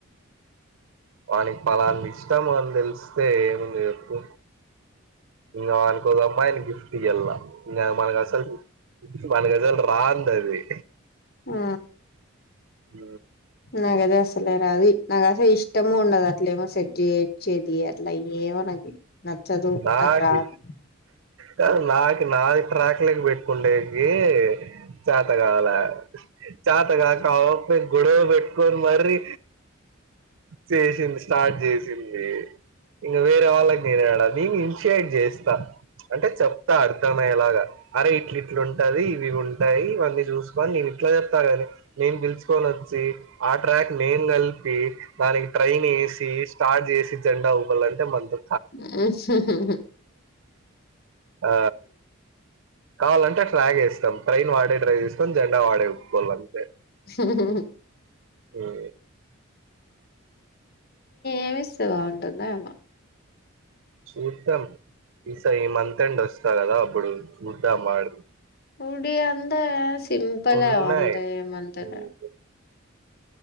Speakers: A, on the right; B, on the left.
A: అని పాలల్ ఇష్టాం అని తెలిస్తే ఏమంది చెప్పు ఇంకా అనుకోద అమ్మా ఆయన గిఫ్ట్ ఇ ఎలా మనకసల్ మనకసల్ రాందది
B: ఆ
A: ఉ
B: నాకు అది అసలే రాదు నాకు అసలు ఇష్టము ఉండదు అట్లే ఏమో సెట్ చేచ్చేది అట్లా అయ ఏమో నాకు నచ్చదు
A: నాకు
B: రాదు
A: కాదు నాకు నాది ట్రాక్ లేకి పెట్టుకుంటేకి చాత కావల చాత గా కావపై గొడవ పెట్టుకొని మరీ చేసింది స్టార్ట్ చేసి ది ఇగా వేర వాళ్ళకి నేడా ప్రషియేట్ చేస్తా అంటే చెప్తా అర్థమయ్యేలాగా అరే ఇట్లు ఇట్లు ఉంటది ఇవి ఉంటాయి ఇవన్నీ చూసుకొని నేను ఇట్లా చెప్తా కాని నేను పిలుచుకొని వచ్చి ఆ ట్రాక్ నేను కలిపి దానికి ట్రైన్ ఏసి స్టార్ట్ చేసి జెండా ఊపల అంటే మందు
B: హా హా హా
A: ఆ కావాలంటే ట్రా్ చేస్తాం ట్రైన్ వాడే ట్రై చేసుకొని జెండా వాడే ఊపుకోవాలి అని
B: హు హు
A: ఆ
B: ఏమిస్తే బాగుంటుందొ ఏమో
A: చూద్దాం ఈస ఈ మంత్ అండ్ వస్తాది కదా అప్పుడు చూద్దాం వాడు
B: ఉడి అందా సింపల్
A: ఉన్నాయి.
B: అంద ఏమంతల
A: ఉమ్,